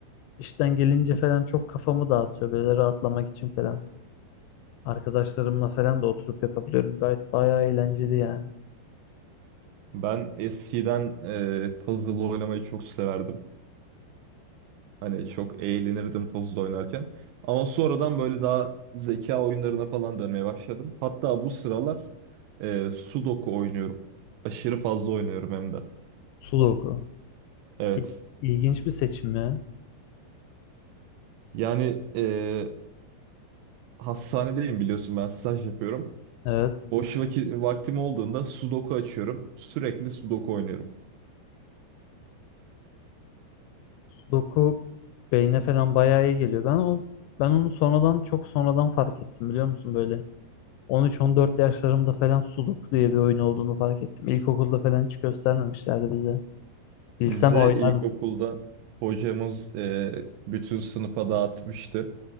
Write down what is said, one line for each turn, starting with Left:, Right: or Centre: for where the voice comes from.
Left: İşten gelince falan çok kafamı dağıtıyor böyle rahatlamak için falan. Arkadaşlarımla falan da oturup yapabiliyorum. Gayet bayağı eğlenceli yani.
Right: Ben eskiden e, puzzle oynamayı çok severdim. Hani çok eğlenirdim puzzle oynarken. Ama sonradan böyle daha zeka oyunlarına falan dönmeye başladım. Hatta bu sıralar e, Sudoku oynuyorum. Aşırı fazla oynuyorum hem de.
Left: Sudoku.
Right: Evet.
Left: İ- İlginç bir seçim ya.
Right: Yani e, hastanedeyim biliyorsun ben staj yapıyorum.
Left: Evet.
Right: Boş vakit, vaktim olduğunda sudoku açıyorum. Sürekli sudoku oynuyorum.
Left: Sudoku beyne falan bayağı iyi geliyor. Ben o ben onu sonradan çok sonradan fark ettim biliyor musun böyle. 13-14 yaşlarımda falan Sudoku diye bir oyun olduğunu fark ettim. İlkokulda falan hiç göstermemişlerdi bize. Bilsem
Right: Bize
Left: oynardım.
Right: ilkokulda hocamız e, bütün sınıfa dağıtmıştı.